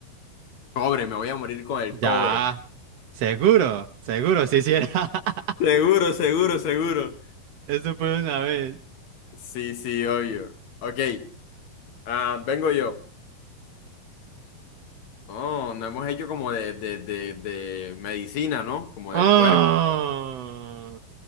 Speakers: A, on the left; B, on the right.
A: Cobre, me voy a morir con el
B: Ya.
A: cobre.
B: Seguro, seguro, si hiciera. <laughs>
A: Seguro, seguro, seguro.
B: Eso fue una vez.
A: Sí, sí, obvio. Ok, ah, vengo yo. Oh, no hemos hecho como de, de, de, de medicina, ¿no? Como
B: Ah,
A: del cuerpo.